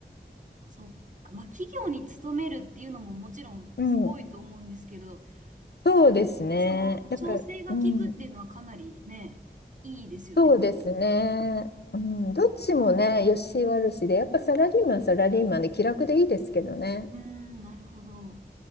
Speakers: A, on the right; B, on the left.
A: そうか、まあ企業に勤めるっていうのももちろんすごいと思うんですけど、
B: うん。そうですね。
A: 自分その調整が効くっていうのはかなりね、
B: だから、うん。
A: いいですよね。
B: そうですね。うん、どっちもね、良し悪しで、やっぱサラリーマンはサラリーマンで気楽でいいですけどね。
A: うん、なるほど。